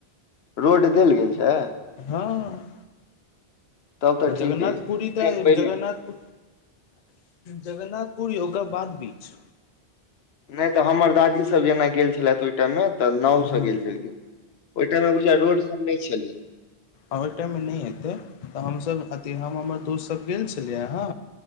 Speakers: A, on the left (about 75°); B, on the left (about 50°).
A: रोड देल गेल छै
B: हँ
A: तब तऽ
B: जगन्नाथ
A: ठीक अछि नहि
B: पुरी तऽ
A: पहिले
B: जगन्नाथ जगन्नाथपुरी ओकरबाद बीच
A: नै तऽ हमर दादी सब जेना गेल छेला ओइ टाइम मे तऽ नाव
B: हँ
A: स गेल छलखिन ओइ टाइम मे बुझा रोड सब नै छलै
B: आ ओइ टाइममे नै एतै तऽ हमसभ अथ हम हमर दोस्तसभ गेल छलियै हँ